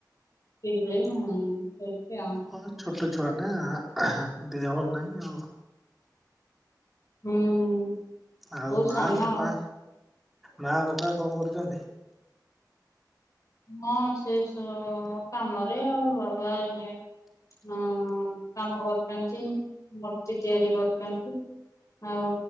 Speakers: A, on the left; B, in the centre.
A: ପିଇକି ପିଲେଇ ମୋ ଶୋଇଛି ଆଉ।
B: ହଁ ଛୋଟ ଛୁଆ ନା ଆହୋ ଦେହ ଭଲ ନାହିଁ ଆଉ।
A: ହୁଁ
B: ଆଉ
A: ବହୁତ
B: ମା
A: ସାନ
B: ବାପା
A: ଆଉ
B: ମା ବାପା କଣ କରୁଚନ୍ତି?
A: ହଁ ସେ ସୋ- କାମରେ ଆଉ ବାବା ଇଏ ହଁ କାମ କରୁଛନ୍ତି। ମୂର୍ତ୍ତି ତିଆରି କରିଛନ୍ତି। ଆଉ